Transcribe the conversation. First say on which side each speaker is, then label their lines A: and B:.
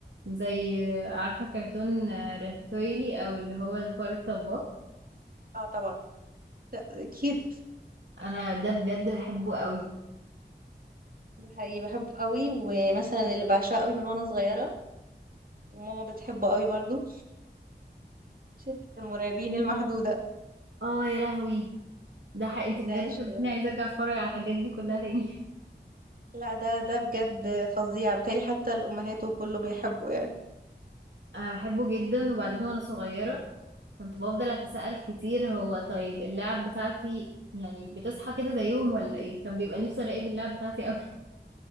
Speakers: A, on the right (about 85°); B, on the right (about 55°).
A: زي آه، عارفة كرتون آه، راتاتويلي او اللي هو الفار الطباخ
B: اه طبعا اكيد
A: انا ده بجد بحبه قوي
B: ده حقيقي بحبه قوي ومثلا اللي بعشقه قوي من وانا صغيرة وماما بتحبه قوي برضو شركة المرعبين المحدودة
A: اه يا لهوي ده حق انت بجد
B: ده عشق
A: خلتيني
B: ده
A: عايزة ارجع اتفرج على الحاجات دي كلها تاني
B: لا ده ده بجد فظيع بالتالي حتى الأمهات وكله بيحبه يعني
A: <laughs> انا بحبه جدا وبعدين وانا صغيرة كنت بفضل اتساءل كتير هو طيب اللعب بتاعتي يعني بتصحى كده زيهم ولا ايه كان بيبقى نفسي اراقب اللعب بتاعتي قوي